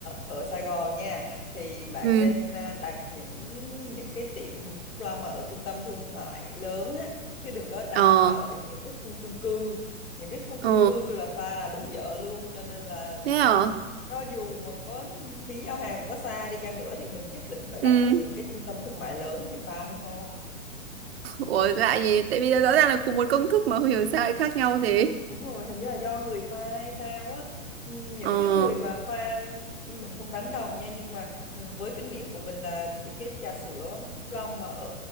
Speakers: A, on the left; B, on the right.
A: ở Sài Gòn nha thì bạn
B: ừ
A: nên à, đặt những những cái tiệm Phúc Long mà ở trung tâm thương mại lớn á chứ đừng có đặt
B: ờ
A: mà ở những cái khu chung cư những cái khu chung
B: ờ
A: cư là pha là đúng dở luôn cho nên là
B: thế hả
A: cho dù mà có phí giao hàng có xa đi chăng nữa thì mình nhất định phải đặt
B: ừ
A: ở những cái trung tâm thương mại lớn thì pha mới ngon
B: Ủa lạ gì? Tại vì rõ ràng là cùng một công thức mà không hiểu sao lại khác nhau thế.
A: Đúng rồi, hình như là do người pha hay sao á. Ừm, Những
B: Ờ,
A: cái người mà pha mình không đánh đồng nha nhưng mà ừm, với kinh nghiệm của mình là những cái trà sữa Phúc Long mà ở